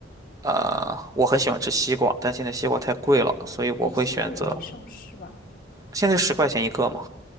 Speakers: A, on the right; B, on the left.
A: 呃，我很喜欢吃西瓜，但现在西瓜太贵了，所以我会选择
B: 但西瓜也没上市吧？
A: 现在十块钱一个嘛。